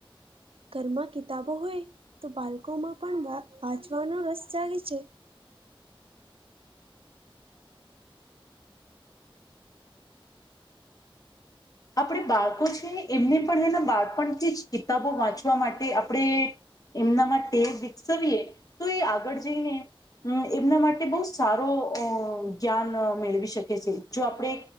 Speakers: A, on the right; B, on the left.
A: ઘરમાં કિતાબો હોય તો બાળકોમાં પણ વા વાંચવાનો રસ જાગે છે. <unintelligible>
B: આપણે બાળકો છે એમને પણ એના બાળપણથી જ કિતાબો વાંચવા માટે આપણે એમનામાં ટેવ વિકસાવીએ તો એ આગળ જઈને હમ્મ એમના માટે બહુ સારો અ જ્ઞાન મેળવી શકે છે જો આપણે